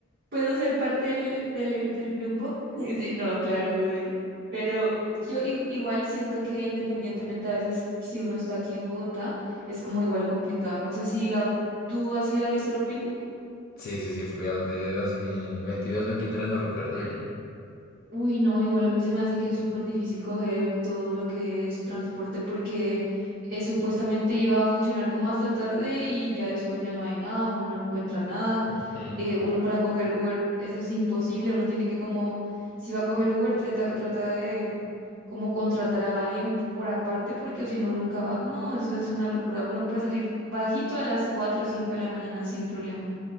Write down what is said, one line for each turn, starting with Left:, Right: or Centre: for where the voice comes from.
Right: ¿Puedo ser parte del, del, del grupo? <laughs> Sí, no, claro, obvio. Pero yo i- igual siento que independientemente a veces si uno está aquí en Bogotá, es como igual complicado. No sé si la, tú has ido al estroping
Left: Sí, sí, sí, fui al de dos mil veintidós veintitrés no recuerdo bien.
Right: Uy, no, igual a mí se me hace que es súper difícil coger todo lo que es transporte porque eh, supuestamente iba a funcionar como hasta tarde y ya después ya no hay nada, uno no encuentra nada.
Left: <laughs> Mm,
Right: Eh, uno para coger Uber, eso es imposible, uno tiene que como, si va a coger Uber, trata, trata de como contratar a alguien por aparte porque si no, nunca va. No, eso es una locura. Uno puede salir bajito a las 4 o 5 de la mañana sin problema.